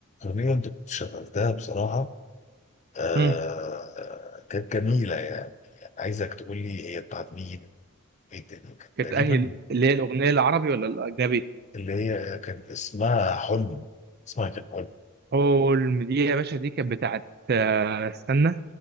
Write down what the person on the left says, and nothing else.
اغنيه انت كنت شغلتها بصراحه آه
كانت جميلة يعني عايزك تقول لي هي بتاعت مين ايه الدنيا كانت
تقريبا
اللي هي كان اسمها حلم اسمها كان حلم